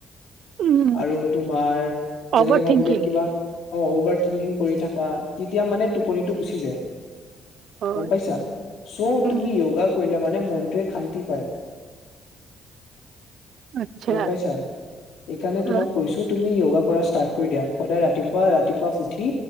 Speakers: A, on the right; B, on the left.
A: উম
B: আৰু তোমাৰ যেনেকে
A: অভাৰ
B: ভাবি
A: থিংকিং
B: লোৱা কিবা অ অভাৰ থিংকিং কৰি থাককা তেতিয়া মানে টোপনিটো গুচি যায়
A: হয়
B: গম পাইছা স
A: উম।
B: তুমি যোগা কৰি মানে মনটোৱে শান্তি পায়
A: আচ্ছা
B: গম পাইছা এইকাৰণে
A: হয়
B: তোমাক কৈছো তুমি যোগা ষ্টাৰ্ট কৰি দিয়া সদায় ৰাতিপুৱা ৰাতিপুৱা উঠি